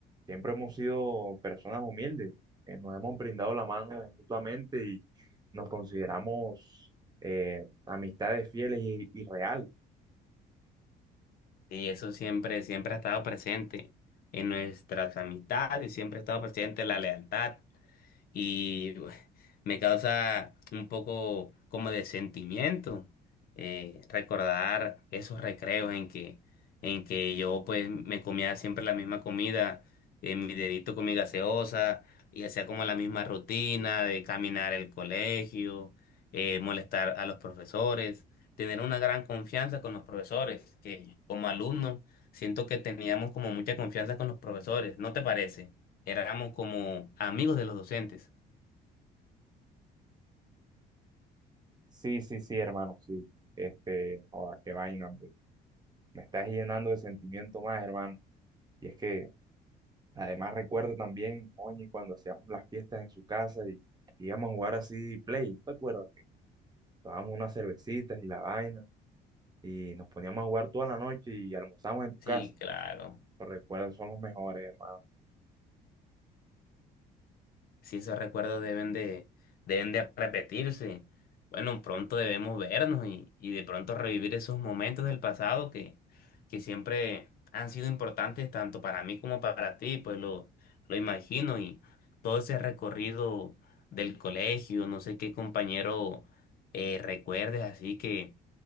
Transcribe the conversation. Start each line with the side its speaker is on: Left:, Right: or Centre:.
Right: siempre hemos sido personas humildes, que nos hemos brindado la mano mutuamente y nos consideramos eh, amistades fieles y, y reales.
Left: Y eso siempre, siempre ha estado presente en nuestras amistades, siempre ha estado presente la lealtad y bueno, me causa un poco como de sentimiento eh, recordar esos recreos en que, en que yo pues me comía siempre la misma comida, eh, mi dedito con mi gaseosa y hacía como la misma rutina de caminar el colegio, eh, molestar a los profesores, tener una gran confianza con los profesores, que como alumno siento que teníamos como mucha confianza con los profesores, ¿no te parece? éramos como amigos de los docentes.
Right: Sí, sí, sí, hermano, sí. Este, joda, qué vaina, hombre. Me estás llenando de sentimiento más, hermano. Y es que Además, recuerdo también, oye, cuando hacíamos las fiestas en su casa y íbamos a jugar así play, ¿no te acuerdas? Que tomábamos unas cervecitas y la vaina y nos poníamos a jugar toda la noche y almorzamos en tu casa.
Left: Sí, claro.
Right: Los recuerdos son los mejores, hermano.
Left: Si esos recuerdos deben de, deben de repetirse. Bueno, pronto debemos vernos y, y de pronto revivir esos momentos del pasado que, que siempre han sido importantes tanto para mí como para ti, pues lo, lo imagino y todo ese recorrido del colegio, no sé qué compañero eh, recuerdes, así que